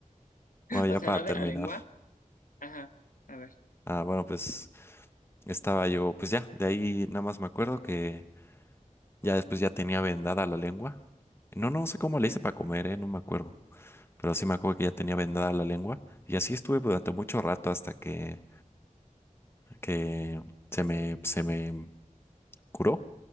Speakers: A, on the left; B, on the left.
A: <laughs>
B: bueno, ya
A: O sea,
B: para
A: no
B: terminar,
A: de la lengua. Ajá. A ver.
B: ah, bueno, pues estaba yo, pues ya, de ahí nada más me acuerdo que ya después ya tenía vendada la lengua. No, no sé cómo
A: Ajá.
B: le hice para comer, eh, no me acuerdo. Pero sí me acuerdo que ya tenía vendada la lengua. Y así estuve durante mucho rato hasta que que se me, se me curó.